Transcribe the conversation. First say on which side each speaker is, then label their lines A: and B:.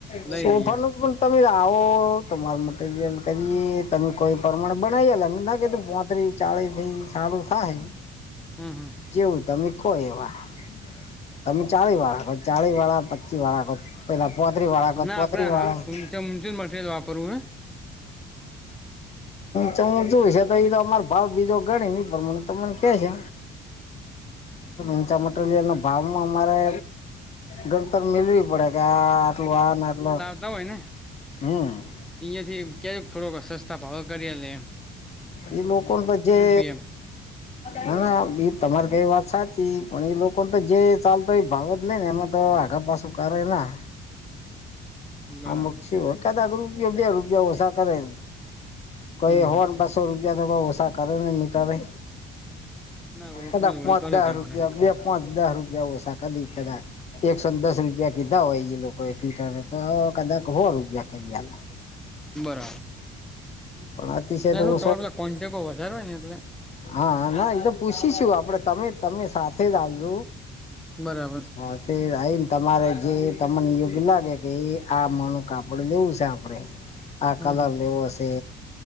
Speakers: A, in the centre; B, on the left.
A: લઈ
B: સોફાનું
A: લઈએે એમ.
B: પણ તમે આવો તમારું મટીરિયલ કરીએ તમે કોઈ પ્રમાણે બનાવીએ અમે ના કધું પોતરી ચાળી ભી ચારું થાય.
A: હમ હમ.
B: જેવું તમે કો એવા. તમે ચાવી વાળાો ચાવિ વાળા પચી વાળા કો. પોતરી વાળકો
A: ના
B: પોતરી
A: આપડે
B: વાળ હ
A: ઊંચ ઊંચું મટીરિયલ વાપરવું
B: છું છે તો એ તો અમાર ભાવ બીજો ગણી નહી પણ તમને કે છે ઉચા માટે. પે્રોલય ના ભાવમાં અમારે ગણતર મેલવી પડે કે આ આટલું આ આટ
A: હોવે ને.
B: હમ.
A: અહિયાંથી ક્યારેક થોડોક સસ્તા ભાવ કરી યારે.
B: એ લોકો ને જે.
A: એમ
B: ના ના એ તમારે કઈ વાત સાચી પણ એ લોકોને તો જે ચાલતો એ ભાવ જ લે ને એમાં તો આગા પાસું કરે ના
A: બરાબર
B: અમુક થયું હોય કદાક રૂપીયો બે રૂપિયા ઓછા કરે એમ કઈ
A: હમ
B: હો
A: હમ
B: ને બસો સો રૂપિયા તો બ ઓ સાસા કરે ને મીટર લય
A: ના ઓળખાણ
B: કદા પાચ
A: ઓળી કરે
B: દારુ
A: તમારે
B: પીયા બે પાચ દહ રૂપિયા ઓછા કદી કદા એકસો ને દસ રૂપિયા કીધા હોય એ લોકો એ પીટર એ. તો કદાક હો રૂપિયા કરિયારે
A: બરાબર
B: પણ. અતિશય
A: ના
B: તો
A: તમારા પેલા કોન્ટેક્ટ વધારે ને એટલે
B: હા હા ના એતો પૂછીશું આપડે તમે તમે સાથે જ આવજો.
A: બરાબર
B: હા તે આઈને તમારે જે તમને યોગ્ય લાગે કે આ માંનું કાપડ લેવું સે આપડે આ
A: હમ
B: કલર
A: હમ
B: લેવો સે.